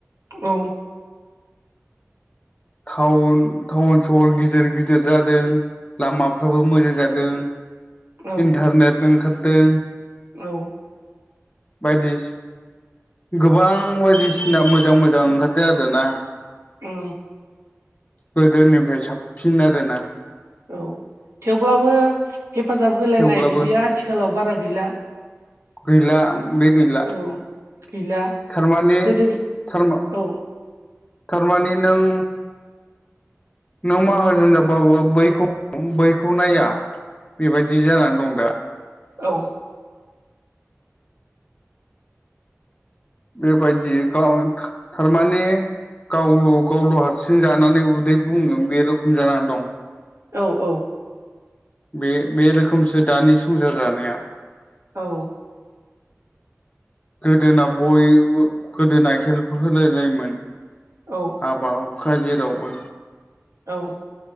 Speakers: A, on the right; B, on the left.
A: औ
B: टाउन टाउन सहर गिदिर गिदिर जादों लामाफ्राबो मोजां जादों
A: औ
B: इन्टारनेट ओंखारदों
A: औ
B: बायदिस गोबां बायदिसिना मोजां मोजां ओंखारदों आरोना
A: ओ
B: गोदोनिफ्राय साबसिन आरोना
A: औ थेवब्लाबो हेफाजाब होलायनाय
B: थेवब्लाबो
A: बिदिया आथिखालाव बारा गैला
B: गैला बे गैला
A: औ गैला
B: थारमाने
A: गोदोनि
B: थारमा
A: औ
B: थारमाने नों नों माहाजोन जाबाबो बैखौ बैखौ नाया बेबायदि जानानै दं दा
A: औ
B: बेबायदि गाव था थारमाने गावल' गावल'हारसिं जानानै उदै बुंगोन बे रोखोम जाना दं
A: औ औ
B: बे बे रोखोमसो दानि संसार जानाया
A: औ
B: गोदोना बयबो गोदोना हेल्फ होलायलायोमोन
A: औ
B: हाबा हुखा जेरावबो
A: औ